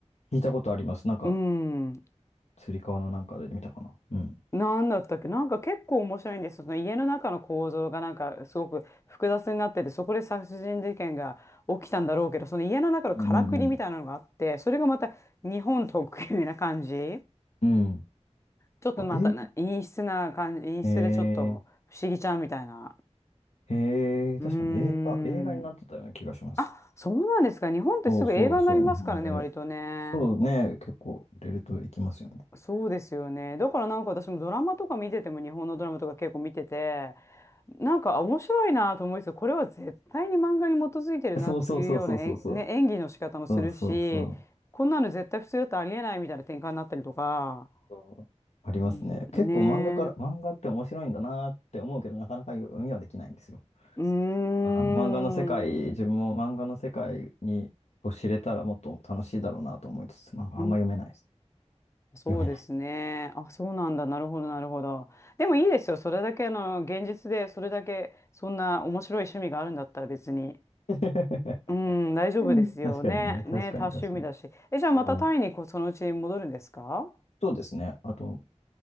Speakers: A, on the left; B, on the left.
A: 聞いたことあります。なんか、
B: うん。
A: つり革のなんかで見たかな。うん。
B: なんだったっけなんか結構面白いんですよ。その家の中の構造がなんかすごく複雑になってて、そこで殺人事件が起きたんだろうけど、その家の中のからくりみたいなのがあって、
A: うんうんうん。
B: それがまた日本特有な感じ。
A: うん。
B: ちょっとまたな、
A: なんか映画、
B: 陰湿な感じ、陰湿でちょっと不思議ちゃんみたいな。
A: えー、えー、
B: うーん。
A: 確かに映画、映画になってたような気がします。
B: あ、そうなんですか。日本ってすぐ映画になりますからね、
A: そうそうそう、日本で。
B: 割とね。
A: そうね、結構売れるといきますよね。
B: そうですよね。だからなんか私もドラマとか見てても、日本のドラマとか結構見てて、なんかあ面白いなと思いつつ、これは絶対に漫画に基づいてるなっていうような演、
A: そうそうそうそうそうそう。
B: ね、演技の仕方もするし、
A: そうそうそう
B: こんなの絶対普通だとありえないみたいな展開になったりとか。
A: そう。ありますね。
B: うん、ね
A: 結構漫画から、
B: え。
A: 漫画って面白いんだなって思うけど、なかなか読みはできないんですよ。
B: うーん。
A: あー漫画の世界、
B: う
A: 自分も漫画の世界にを知れたらもっと楽しいだろうなと思いつつ、まあ、
B: ー
A: あんま読めないです。
B: そうですね。
A: 読めない。
B: あ、そうなんだ。なるほど、なるほど。でもいいですよ。それだけ、あの、現実で、それだけ、そんな面白い趣味があるんだったら別に。
A: <laughs>
B: うん、大丈夫ですよね。
A: うん確かにね、確かに確かに。
B: ね、多趣味だし。え、じゃあまたタイにこうそのうちに戻るんですか
A: あーそうですね。あと、